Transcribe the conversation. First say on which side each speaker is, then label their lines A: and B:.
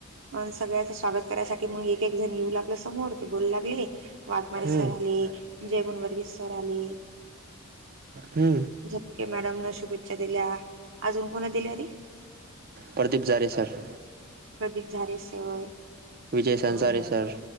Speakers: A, on the right; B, on the right.
A: अ सगळ्याच स्वागत करायसाठी मग एक एक जण येऊ लागलं समोर ते बोलू लागले वाघमारे
B: हम्म
A: सर आले जय गुणवर्गी सर आले
B: हम्..
A: झपके मॅडम न शुभेच्छा दिल्या अजून कोणा दिल्या अरे
B: प्रदीप जारे सर
A: प्रदीप झारे सर
B: विजय संसारे
A: अन
B: सर